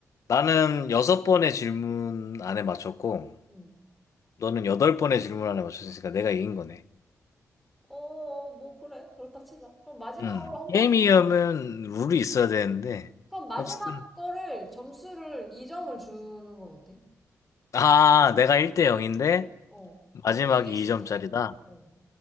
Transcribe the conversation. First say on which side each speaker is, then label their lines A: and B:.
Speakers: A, on the left; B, in the centre.
A: 나는 여섯 번의 질문 안에 맞췄고,
B: 음.
A: 너는 여덟 번의 질문 안에 맞췄으니까 내가 이긴 거네.
B: 어, 어, 뭐, 그래. 그렇다 치자. 그럼 마지막으로
A: 음.
B: 한
A: 게임이면
B: 번 더.
A: 룰이 있어야 되는데,
B: 그럼 마지막
A: 어쨌든
B: 거를 점수를 2점을 주는 건 어때?
A: 아, 내가 1대 0인데
B: 어.
A: 마지막이
B: 그럼 이길 수
A: 2점짜리다.
B: 있잖아. 어.